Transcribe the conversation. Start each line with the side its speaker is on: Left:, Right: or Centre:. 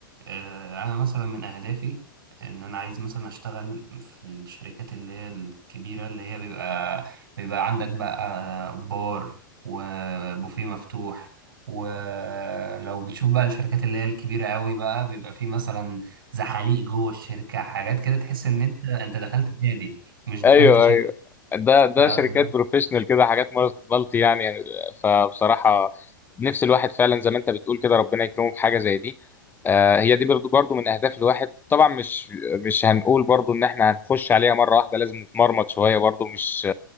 Right: آه، انا مثلا من اهدافي ان انا عايز مثلا اشتغل في الشركات اللي هي الكبيره اللي هي بيبقى بيبقى عندك بقى بار وبوفيه مفتوح ولو بتشوف بقى الشركات اللي هي الكبيره قوي بقى بيبقى في مثلا زحاليق جوه الشركه حاجات كده تحس ان انت انت دخلت نادي مش دخلت
Left: ايوه ايوه ده ده
Right: شركه
Left: شركات بروفيشنال كده حاجات مال- مالتي يعني يعني فبصراحه نفس الواحد فعلا زي ما انت بتقول كده ربنا يكرمه بحاجه زي دي آه، هي دي برضو برضو من اهداف الواحد طبعا مش مش هنقول برضو ان احنا هنخش عليها مره واحده لازم نتمرمط شويه برضو مش